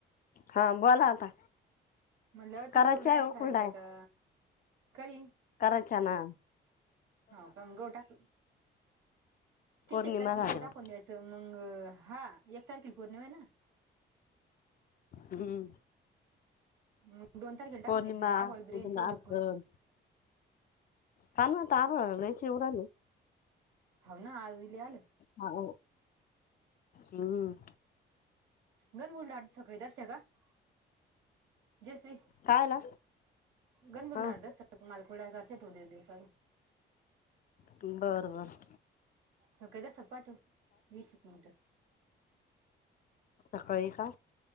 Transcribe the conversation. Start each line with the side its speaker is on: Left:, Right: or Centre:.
Left: हां बोला आता.
Right: म्हणलं तुला
Left: करायचे
Right: कुरडया
Left: आहे
Right: नायी
Left: हो
Right: करायच्या
Left: कुरडाया
Right: का? कधी?
Left: करायच्या नां.
Right: हाव का? मग गहू टाक ते
Left: पौर्णिमा
Right: शेतारखी
Left: झाल्यावर
Right: गहू टाकून द्यायचं. च मंग हां एक तारखेला पौर्णिमायं नां?
Left: हुं.
Right: मं दोन तारखेला टाकून
Left: पौर्णिमा
Right: द्यायचं इथं आभाळ बी
Left: उद्या
Right: येरन
Left: नाग
Right: लवकरचं
Left: काल अन आता आभाळ लयीच येऊन राहिले.
Right: होव नां आज बी लय आलं.
Left: हाव हुं.
Right: <inaudible> जैसी,
Left: काय ला
Right: गनबुल
Left: हा
Right: लाट दस माल खोड करसे, तो दे दिवसा
Left: बरं बरं.
Right: सकळी दस्तक पाठव, वीस एक नंतर.
Left: सकाळी का?